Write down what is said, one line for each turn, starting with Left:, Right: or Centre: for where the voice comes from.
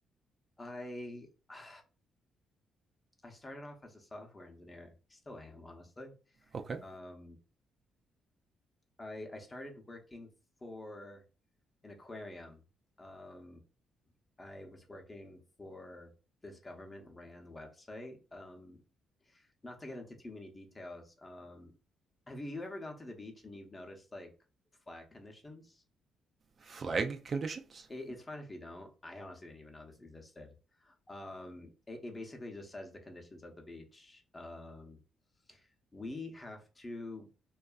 Left: I <sighs> I started off as a software engineer. Still am, honestly.
Right: okay,
Left: Um, I I started working for an aquarium. Um, I was working for this government ran website. Um, not to get into too many details. Um, have you, you ever gone to the beach and you've noticed like flag conditions?
Right: flag conditions.
Left: It, it's fine if you don't. I honestly didn't even know this existed. Um, it, it basically just says the conditions of the beach. Um, we have to